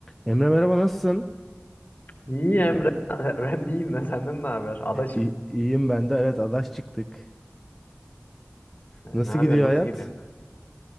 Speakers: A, in the centre; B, on the left.
A: Emre merhaba nasılsın?
B: İyi Emre. <laughs> Ben iyiyim de senden ne haber? Adaşım.
A: İ- İyiyim ben de. Evet adaş çıktık.
B: Ee,
A: Nasıl
B: Ne yapıyorsun?
A: gidiyor
B: Nasıl
A: hayat?
B: gidiyor?